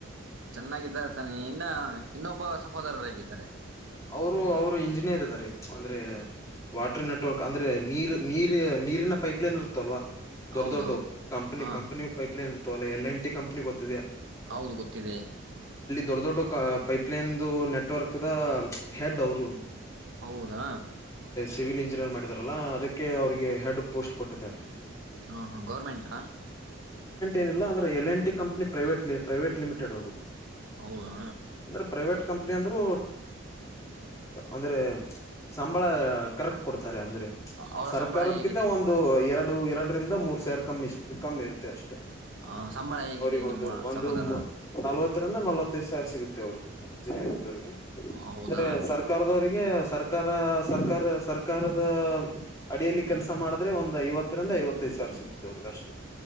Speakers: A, on the right (about 70°); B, on the left (about 15°).
A: ಚೆನ್ನಾಗಿದ್ದಾರೆ ತಾನಿ ಇನ್ನ ಇನ್ನೊಬ್ಬ ಸಹೋದರರು ಹೇಗಿದ್ದಾರೆ
B: ಅವರು ಅವ್ರು ಇಂಜಿನಿಯರ್ ಇದಾರೆ ಅಂದ್ರೆ ವಾಟರ್ ನೆಟ್ವರ್ಕ್ ಅಂದ್ರೆ ನೀರ್ ನೀರ್ ನೀರಿನ ಪೈಪ್ಲೈನ್ ಇರುತ್ತಲ್ವಾ ದೊಡ್ಡ
A: ಹೌದೌದು
B: ದೊಡ್ಡ ಕಂಪನಿ
A: ಹಾ
B: ಕಂಪನಿ ಪೈಪ್ಲೈನ್ ಇತ್ತ ಲ್ಲ ಎಲ್ ಎ ಟ ಕಂಪನಿ ಗೊತ್ತಿದಾ
A: ಹೌದು ಗೊತ್ತಿದೆ
B: ದೊಡ್ಡ ದೊಡ್ಡ ಪೈಪ್ಲೈನ್ದು ನೆಟ್ವರ್ಕ್ ದ ಹೆ ದರುನು
A: ಹೌದಾ
B: ಸಿವಿಲ್ ಇಂಜಿನಿಯರ್ ಮಾಡಿದಾರಲ್ಲಾ ಅದಕ್ಕೆ ಅವರಿಗೆ ಹೆಡ್ ಪೋಸ್ಟ್ ಕೊಟ್ಟಿದ್ದಾರೆ
A: ಹಾ ಹಾ ಗೌರ್ಮೆಂಟಾ
B: ಏನಿಲ್ಲಾ ಅಂದ್ರೆ L N T company private limited ಅದು
A: ಹೌದಾ
B: ಅಂದ್ರೆ ಪ್ರೈವೇಟ್ ಕಂಪ್ನಿ ಅಂದ್ರೂ ಅಂದ್ರೆ ಸಂಬಳ ಕರೆಕ್ಟ್ ಕೊಡ್ ತಾರೆ ಅಂದ್ರೆ
A: ಅವರ
B: ಸರ್ಕಾರದ
A: ಸಂಬಳ ಹೇಗಿದೆ
B: ಕಿಂತ ಒಂದು ಎರಡು ಎರಡರಿಂದ ಮೂರ್ ಸಾವಿರ ಕಮ್ಮಿ ಕಮ್ಮಿ ಇರುತ್ತೆ ಅಷ್ಟೇ
A: ಆ ಸಂಬಳ ಹೇಗಿದೆ
B: ಅವ್ರಿಗೆ
A: ನಿಮ್ಮ
B: ಒಂದು ಒಂದು
A: ಸಹೋದರ
B: ನಲ್ವತ್ತರಿಂದ ನಲವತ್ತೈದು್ ಸಾವಿರ ಸಿಗುತ್ತೆ ತೇವ್ರರಿ ಇಂಜಿನಿಯರ್ ಇದ್ದವರಿಗೆ
A: ಹೌದಾ
B: ಅಂದ್ರೆ ಸರ್ಕಾರದವರಿಗೆ ಸರ್ ಸರ್ಕಾರ ಸರ್ಕಾರ ಸರ್ಕಾರದ ಅಡಿಯಲ್ಲಿ ಕೆಲಸ ಮಾಡಿದ್ರೆ ಒಂದ್ ಐವತ್ತರಿಂದ ಐವತ್ತೈದು ಸಾವಿರ ಸಿಗುತ್ತೆ ಅವರ್ಗಷ್ಟೆ